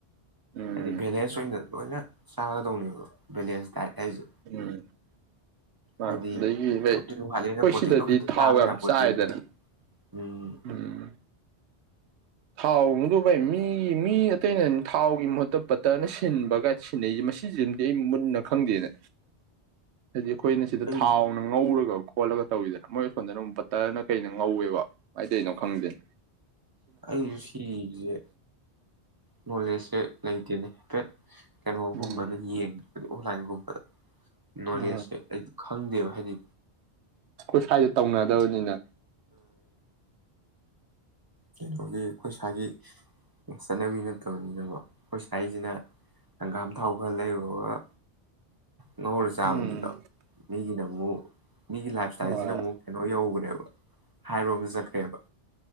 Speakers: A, on the right (about 75°); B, on the right (about 25°).
A: ꯎꯝ
B: ꯍꯥꯏꯗꯤ ꯕꯦꯂꯦꯟꯁꯠ ꯑꫭꯏꯅ ꯂꯣꯏꯅ ꯆꯥꯒꯗꯧꯅꯦꯕ ꯕꯦꯂꯦꯟꯁ ꯗꯥꯏꯠ ꯍꯥꯏꯁꯦ
A: ꯎꯝ
B: ꯍꯥꯏꯗꯤ
A: ꯑꯗꯒꯤ ꯍ
B: ꯄ꯭ꯔꯣꯇꯤꯟ
A: ꯑꯩꯈꯣꯏ
B: ꯋꯥꯠꯂꯦꯅ ꯄ꯭ꯔꯣꯇꯤꯟꯗꯣ
A: ꯁꯤꯗꯗꯤ
B: ꯈꯛꯇ
A: ꯊꯥꯎ
B: ꯆꯥꯕ
A: ꯌꯥꯝ
B: ꯌꯥꯄꯣꯠꯇꯦꯕ
A: ꯆꯥꯏꯗꯅ
B: ꯎꯝ
A: ꯎꯝ ꯊꯥꯎ ꯃꯗ ꯚꯥꯏ ꯃꯤꯒꯤ ꯃꯤ ꯑꯇꯩꯅ ꯊꯥꯎꯒꯤ ꯃꯍꯨꯠꯇ ꯕꯠꯇꯅ ꯁꯤꯟꯕꯒꯥꯏ ꯁꯤꯟꯅꯩꯁꯦ ꯃꯁꯤꯁꯤꯃꯗꯤ ꯑꯩ ꯃꯨꯟꯅ ꯈꯪꯗꯦꯅꯦ ꯍꯥꯏꯗꯤ ꯑꯩꯈꯣꯏꯅ ꯁꯤꯗ
B: ꯑꯩ
A: ꯊꯥꯎꯅ ꯉꯧꯔꯒ ꯈꯣꯠꯂꯒ ꯇꯧꯋꯤꯗꯅ ꯃꯣꯏ ꯁꯁꯣꯟꯝꯗꯅ ꯑꯃꯨꯛ ꯄꯠꯇꯅ ꯀꯩꯅ ꯉꯧꯋꯦꯕ ꯃꯥꯏꯇꯩꯩꯅꯣ ꯈꯪꯗꯦꯅꯦ
B: ꯑꯩꯁꯨ ꯁꯤꯒꯤꯁꯦ ꯅꯣꯂꯦꯖꯁꯦ ꯂꯩꯇꯦꯅꯦ ꯇꯠ ꯀꯩꯅꯣꯒꯨꯝꯕꯗ
A: ꯎꯝ
B: ꯌꯦꯡꯉ ꯑꯣ ꯂꯥꯏꯒꯨꯝꯕꯗ ꯅꯣꯂꯦꯖꯁꯦ
A: ꯎꯝ
B: ꯈꯪꯗꯦ ꯍꯥꯏꯅꯤ
A: ꯈꯁ ꯍꯥꯏꯦ ꯇꯧꯅꯗꯕꯅꯤꯅ
B: ꯀꯩꯅꯣꯒꯤ ꯑꯩꯈꯣꯏ ꯏꯁꯥꯒꯤ ꯆꯠꯅꯕꯤ ꯅꯠꯇꯕꯅꯤꯅꯀꯣ ꯑꯩꯈꯣꯏ ꯁꯥꯒꯤꯁꯤꯅ ꯍꯪꯒꯥꯝ ꯊꯥꯎ ꯈꯔ ꯂꯩꯔꯨꯔꯒ ꯉꯍꯔ ꯆꯥꯕꯅꯤꯗꯣ
A: ꯎꯝ
B: ꯃꯤꯒꯤꯗ ꯑꯗꯨ ꯃꯤꯒꯤ ꯂꯥꯏꯐ ꯏꯁ꯭ꯇꯥꯏꯜꯁꯤꯅ
A: ꯍꯣꯏ
B: ꯑꯃꯨꯛ ꯀꯩꯅꯣ ꯌꯧꯕꯅꯦꯕ ꯍꯥꯏꯔꯣꯕ ꯆꯠꯈ꯭ꯔꯦꯕ